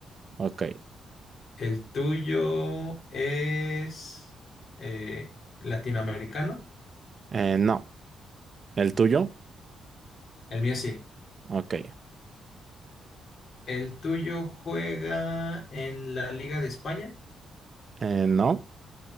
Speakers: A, on the right; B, on the left.
A: Ok.
B: el tuyo es eh, latinoamericano.
A: Eh, no. ¿El tuyo?
B: El mío sí.
A: Ok.
B: ¿El tuyo juega en la Liga de España?
A: Eh, no,